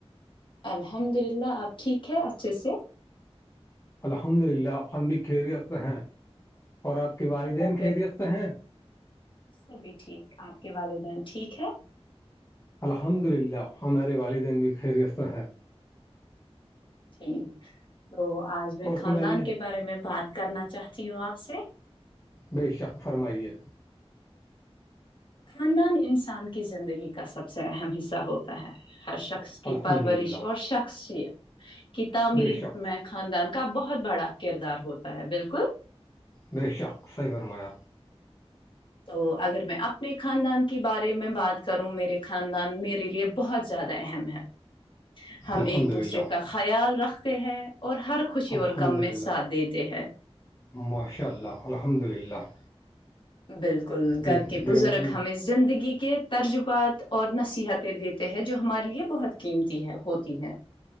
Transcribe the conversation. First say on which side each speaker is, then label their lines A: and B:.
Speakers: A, on the left; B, on the left.
A: الحمد للہ آپ ٹھیک ہے اچھے سے
B: الحمد للہ ہمم بھی خیریت سے ہیں اور آپ کے والدین
A: گھر پہ
B: خیریت سے ہیں
A: سبھی ٹھیک آپ کے والدین ٹھیک ہے
B: الحمد للہ ہمارے والدین بھی خیریست ہیں
A: ٹھیک تو آج میں
B: اور
A: خاندان
B: سنائیے
A: کے بارے میں بات کرنا چاہتی ہوں آپ سے
B: بے شک فرمائیے
A: خاندان انسان کی زندگی کا سب سے اہم حصہ ہوتا ہے ہر شخص کی
B: الحمد
A: پرورش
B: للہ
A: اور شخصیت کی تعمیر
B: بے شک
A: میں خاندان کا بہت بڑا کردار ہوتا ہے بالکل
B: بے شک صحیح فرمایا
A: تو اگر میں اپنے خاندان کے بارے میں بات کروں میرے خاندان میرے لیے بہت زیادہ اہم ہے ہم
B: الحمد
A: ایک دوسرے
B: للہ
A: کا خیال رکھتے ہیں اور ہر خوشی
B: الحمد
A: اور غم میں
B: للہ
A: ساتھ دیتے ہیں
B: ماشاء اللہ الحمد للہ
A: بالکل
B: جی
A: گھر کے
B: دینا
A: بزرگ
B: بھی
A: ہ زندگی کے ترجبات اور نصیحتیں دیتے ہیں جو ہمارے لیے بہت قیمتی ہے ہوتی ہے <inaudible>